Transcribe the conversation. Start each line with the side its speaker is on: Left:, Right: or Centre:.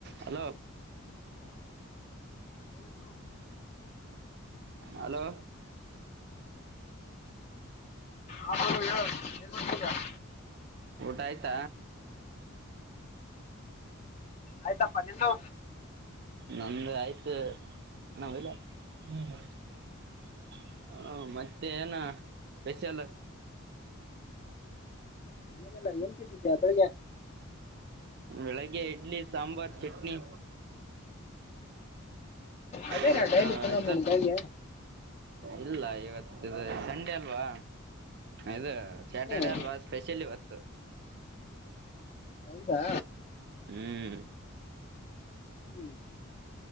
Right: Hello
Left: <unintelligible>
Right: hello
Left: ಹಬ ಹೇಳ ಏನ್ ಮಾಡತೀರ <inaudible>
Right: ಊಟ ಆಯ್ತಾ
Left: ಆಯ್ತಪ್ಪ ನಿಂದು
Right: ನಮ್ದ್ ಆಯ್ತು ನಾವಲ್ಲ <unintelligible> ಮತ್ತೆ ಏನ ಸ್ಪೆಷಲ್
Left: ಏನಲ್ಲಾ ಏನ್ ತಿಂತಿದ್ದ್ಯಾ <unintelligible> ಬೆಳಗೆ
Right: ಬೆಳಗ್ಗೆ ಇಡ್ಲಿ ಸಾಂಬಾರ್ ಚಟ್ನಿ
Left: ಅದೇ
Right: ಇವತ್ತ
Left: ನಾ ಡೈಲಿ <unintelligible>
Right: ಇದು ಇಲ್ಲ ಇವತ್ತು ಇದು ಸಂಡೆ ಅಲ್ವಾ ಇದು ಸ್ಯಾಟರ್ಡೆ
Left: ಹ್ಮ್
Right: ಅಲ್ವಾ ಸ್ಪೆಷಲ್ ಇವತ್ <unintelligible>
Left: ಹೌದಾ
Right: ಹ್ಮ್
Left: ಹ್ಮ್.